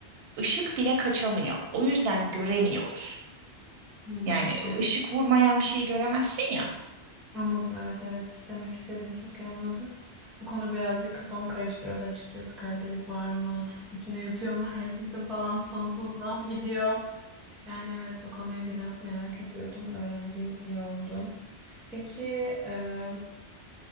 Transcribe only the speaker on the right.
ışık bile kaçamıyor. O yüzden göremiyoruz.
Yani
ışık vurmayan bir şeyi göremezsin ya.